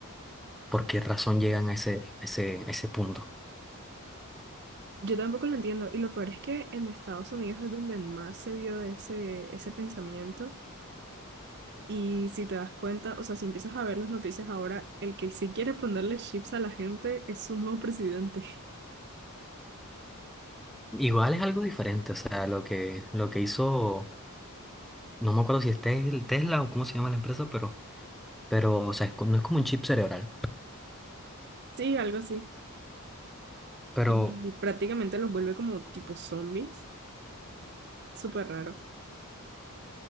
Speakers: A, in the centre; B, on the right.
A: por qué razón llegan a ese, a ese, a ese punto.
B: Yo tampoco lo entiendo. Y lo peor es que en Estados Unidos es donde más se vio ese, ese pensamiento. Y si te das cuenta, o sea, si empiezas a ver las noticias ahora, el que sí quiere ponerle chips a la gente es su nuevo presidente. <laughs>
A: Igual es algo diferente, o sea, lo que, lo que hizo, no me acuerdo si es Tes- Tesla o cómo se llama la empresa, pero, pero, o sea, es co- no es como un chip cerebral,
B: Sí, algo así.
A: pero
B: Y prácticamente los vuelve como tipo zombies. Súper raro.